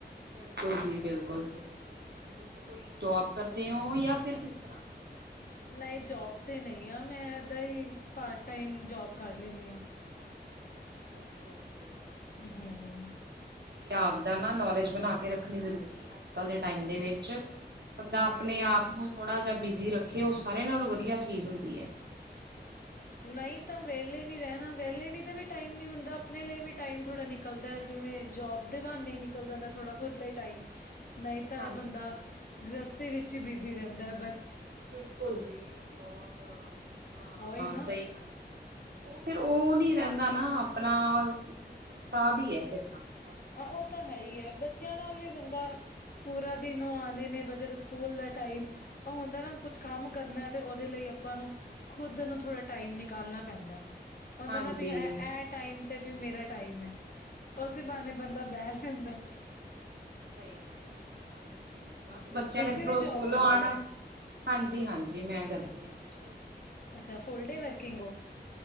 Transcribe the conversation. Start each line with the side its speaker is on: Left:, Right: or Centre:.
Right: ਬਿਲਕੁਲ ਜੀ ਬਿਲਕੁਲ ਸਈ ਗੱਲ ਐ ਤੇ ਤੁਸੀਂ ਕੋਈ ਜੋਬ ਕਰਦੇ ਓ? ਯਾਂ ਫਿਰ ਕਿਸ ਤਰ੍ਹਾਂ
Left: ਨਈ ਜੋਬ ਤੇ ਨਈ ਆ ਮੈਂ ਏਦਾਂ ਈ ਪਾਰਟ ਟਾਈਮ ਜੋਬ ਕਰ ਲੈਨੀ ਆ।
Right: ਓਕੇ-ਓਕੇ।
Left: ਹੂੰ।
Right: ਆਪਦਾ ਨਾ ਨੌਲੇਜ ਬਣਾ ਕੇ ਰੱਖਣੀ ਜ਼ਰੂਰੀ ਐ ਅੱਜ-ਕੱਲ ਦੇ ਟਾਈਮ ਦੇ ਵਿੱਚ ਬੰਦਾ ਆਪਣੇ
Left: ਜੀ
Right: ਆਪ
Left: ਜੀ
Right: ਨੂੰ ਥੋੜ੍ਹਾ ਜਿਆ ਬਿਜ਼ੀ ਰੱਖੇ ਓ ਸਾਰਿਆਂ ਨਾਲੋਂ ਵਦੀਆ ਚੀਜ਼ ਹੁੰਦੀ ਐ।
Left: ਨਈ ਤਾਂ ਵੇਲੇ ਵੀ ਰੈਣਾ ਵੇਲੇ ਵੀ ਤਾਂ ਵੀ ਟਾਈਮ ਨੀ ਹੁੰਦਾ ਆਪਣੇ ਲਈ ਵੀ ਟਾਈਮ ਥੋੜ੍ਹਾ ਨਿ ਕਲਦਾ ਜਿਵੇਂ ਜੋਬ ਦੇ ਬਹਾਨੇ ਨਿਕਲ ਜਾਂਦਾ ਥੋੜਾ ਖੁਦ ਲਈ ਟਾਈਮ। ਨਈ ਤਾਂ
Right: ਹਾਂਜੀ
Left: ਬੰਦਾ ਗ੍ਰਿਸਤੀ ਵਿੱਚ ਈ ਬਿਜ਼ੀ ਰੈਂਦਾ ਬਟ
Right: ਬਿਲਕੁਲ ਜੀ ਬੌਤ ਹਾਂ
Left: ਉਹੀ ਨਾ
Right: ਸਈ ਓ ਫੇਰ ਓ ਨੀ ਰੈਂਦਾ ਨਾ ਆਪਣਾ ਸਿਸਟਮ ਖਰਾਬ ਈ ਐ ਫਿਰ ਤਾਂ ਬਸ
Left: ਆ
Right: ਕਹਿ ਲਓ
Left: ਓ ਤਾਂ ਹੈ ਹੀ ਐ ਬੱਚਿਆਂ ਨਾਲ ਵੀ ਬੰਦਾ ਪੂਰਾ ਦਿਨ ਓ ਆਂਦੇ ਨੇ ਬਜਰ ਸਕੂਲ ਦਾ ਟਾਈਮ ਓ ਹੁੰਦਾ ਨਾ ਕੁਛ ਕੰਮ ਕਰਨਾ ਤੇ ਉਦੇ ਲਈ ਅਪਾਂ ਨੂੰ ਖੁੱਦ ਨੂੰ ਥੋੜ੍ਹਾ ਟਾਈਮ ਨਿਕਾਲਣਾ ਪੈਂਦਾ। ਔਂਦਾ
Right: ਹਾਂਜੀ
Left: ਨਾ ਵੀ ਐ ਟਾਈਮ ਤੇ ਵੀ ਮੇਰਾ ਟਾਈਮ ਐ।
Right: ਬਿਲਕੁਲ
Left: ਬ੍ਹਾਣੇ ਬੰਦਾ ਬੈ ਜਾਂਦਾ।
Right: ਸਈ ਗੱਲ ਐ ਹਾਂਜੀ-ਹਾਂਜੀ, ਬਸ
Left: ਜੀ
Right: ਬੱਚਿਆਂ
Left: ਤੁਸੀਂ
Right: ਨੇ ਇਧਰੋਂ
Left: ਵੀ ਜੋਬ
Right: ਸਕੂਲੋਂ
Left: ਕਰਦੇ
Right: ਆਣਾ।
Left: ਹੋ
Right: ਹਾਂਜੀ-ਹਾਂਜੀ, ਮੈਂ ਕਰਦੀ ਆ ਜੀ ਜੋਬ।
Left: <unintelligible> ਫੁਲ ਡੇ ਵਰਕਿੰਗ ਓ।